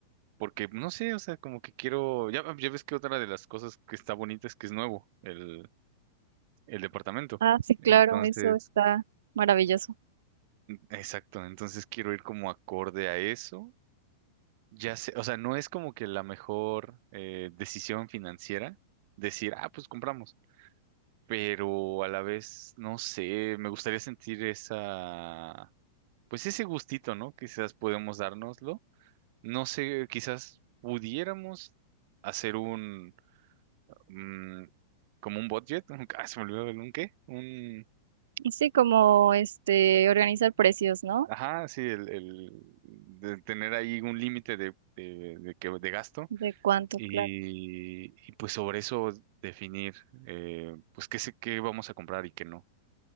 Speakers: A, on the right; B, on the right.
A: porque no sé, o sea, como que quiero, ya, ya ves que otra de las cosas que está bonita es que es nuevo, el, el departamento.
B: Ah, sí, claro,
A: Entonces...
B: eso está maravilloso.
A: Exacto, entonces quiero ir como acorde a eso. Ya sé, o sea, no es como que la mejor eh, decisión financiera decir, ah, pues compramos, pero a la vez, no sé, me gustaría sentir esa, pues ese gustito, ¿no? Quizás podemos dárnoslo. No sé, quizás pudiéramos hacer un, mm, como un budget, un- <laughs> ah, se me olvidó el un qué, un,
B: Y Sí, como este organizar precios, ¿no?
A: ajá, sí, el, el de tener ahí un límite de, de, de que- de gasto
B: De cuánto,
A: y,
B: claro.
A: y, pues sobre eso definir, eh, pues qué, se- qué vamos a comprar y qué no.